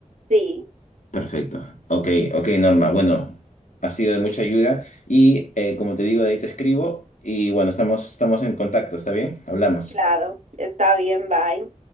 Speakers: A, on the right; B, on the left.
A: Sí,
B: Perfecto. Ok, ok, Norma. Bueno, ha sido de mucha ayuda y eh, como te digo, de ahí te escribo y bueno, estamos, estamos en contacto, ¿está bien? Hablamos.
A: claro. Está bien, bye.